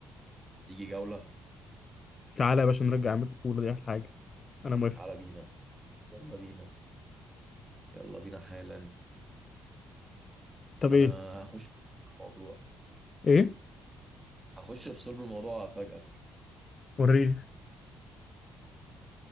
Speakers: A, on the right; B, on the left.
A: تيجي جولة
B: تعالى يا باشا نرجع عماد الطفوله دي احلى حاجه انا موافق
A: تعالى بينا يلا بينا يلا بينا حالا
B: طب
A: انا
B: ايه
A: هخش في الموضوع
B: ايه
A: هخش في صلب الموضوع وافاجئك
B: وريني